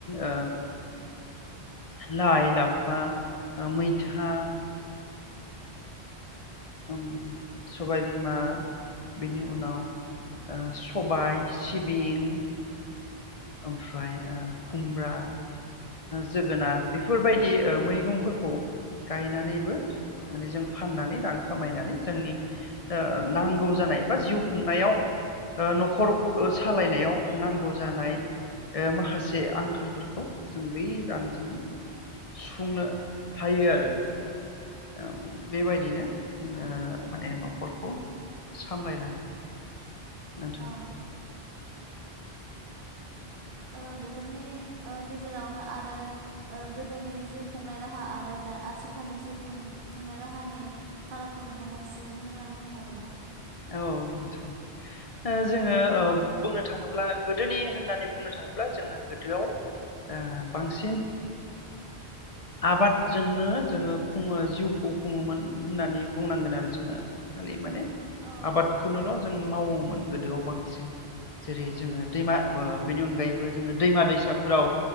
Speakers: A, on the left; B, on the right.
A: ओ लाइ लाफा मैथा ओ सबायबिमा बेनि उनाव ओ सबाय सिबिं ओमफ्राय ओ खुमब्रा जोगोनार बेफोरबायदि मैगंफोरखौ गायनानैबो माने जों फाननानै रां खामायनानै जोंनि ओ नांगौ जानाय बा जिउ खुंनायाव ओ न'खर
B: औ
A: सालायनायाव नांगौ जानाय माखासे आंखालफोरखौ जों बै रांजोंनो सुफुंनो हायो आरो औ बेबायदिनो जोङो माने न'खरखौ सामलायलाङो नोंथां
B: औ ओ बेफोरनि ओ गेजेरावनो आरो गोदोनि जिउ खुंनाय राहा आरो दा आथिखालनि जिउ खां खुंनाय राहानि फारागखौ नोंथाङा एसे बुंनानै होनो हागोन ना?
A: औ आतसा ओ जोङो ओ बुंनो थाङोब्ला गोदोनि होननानै बुंनो थाङोब्ला जोङो गोदोआव ओ बांसिन
B: औ
A: आबादजोंनो जोङो खुङो जिउखौ खुङोमोन होननानै बुंनांगोन आरो जोङो खालि माने
B: औ
A: आबादखोनोल' जों मावो। मोन गोदोआव बांसिन जेरै
B: औ
A: जोङो दैमा ओ बेनि अनगायैबो जोङो दैमा दैसाफोराव